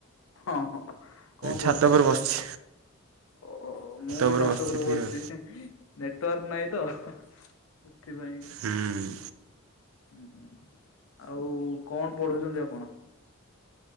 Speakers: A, on the left; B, on the right.
A: ହଁ। କଣ କରୁଥିଲେ
B: ଛାତ ଉପରେ ବସିଛି
A: ଓ ମୁଁ ବି
B: ଉପରେ
A: ଛାତ
B: ବସିଛି
A: ଉପରୁ
B: ଟିକେ
A: ବସିଛି।
B: ଆଉ
A: ନେଟୱାର୍କ ନାଇଁ ତ ସେଥିପାଇଁ କି
B: ହୁଁ।
A: ହୁଁ ଆଉ କଣ ପଢୁଛନ୍ତି ଆପଣ?